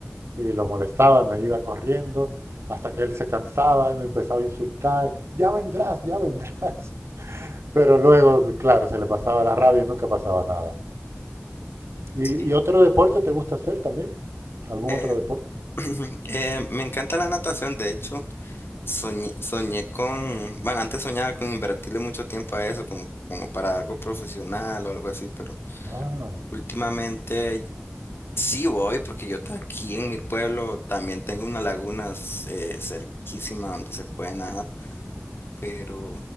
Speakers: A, on the right (about 80°); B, on the left (about 55°).
A: Y lo molestaba, me iba corriendo hasta que él se cansaba y me empezaba a insultar. Ya vendrás, ya vendrás. <laughs> Pero luego, claro, se le pasaba la rabia y nunca pasaba nada. ¿Y,
B: Sí.
A: y otro deporte te gusta hacer también? ¿Algún
B: Eh,
A: otro deporte?
B: <clears throat> eh, me encanta la natación, de hecho. Soñé, soñé con, bueno, antes soñaba con invertirle mucho tiempo a eso, como, como para algo profesional o algo así, pero
A: Ah,
B: últimamente sí voy, porque yo ta- aquí en mi pueblo también tengo una laguna eh, cerquísima donde se puede nadar, pero